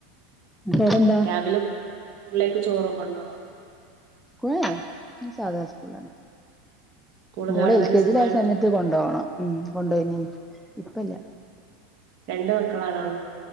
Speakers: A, in the centre; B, on the right.
A: <unintelligible>
B: രാവിലെ കു കൂൾലേക്ക് ചോറ്കൊണ്ടോണോ
A: സ് സാധാ സ്കൂളന്നെ
B: സ്കൂള്
A: മോള്
B: ഗവൺമെന്റ്
A: എൽ കെ
B: സ്കൂളാണ്
A: ജി ലായസമയത്ത് ഇത് കൊണ്ടോവണം ഉം കൊണ്ടയ്നി ഇപ്പല്ല
B: രണ്ട് മക്കളാണൊള്ളത്